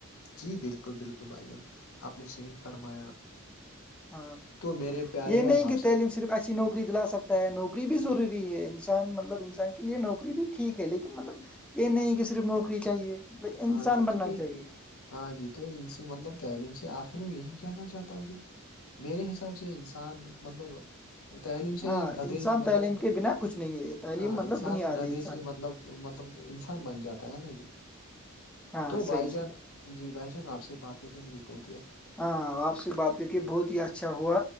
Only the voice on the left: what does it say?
جی بالکل بالکل بھائی جان آپ نے صحیح فرمایا
تو میرے پیارے
بھائی
آپ
سے
جی
ہاں
جی
تو کہئی
<inaudible> ہاں جی تو ان سے مطلب تعلیم سے آخر میں یہی کہنا چاہتا ہوں کہ میرے حساب سے انسان مطلب تعلیم سے
گدھے
سے
مطلب
ہاں
انسان
گدھے
سے
مطلب مطلب انسان بن جاتا ہے نا جی
تو بھائی
جان
جی بھائی جان آپ سے بات کر کے مجھے پونچ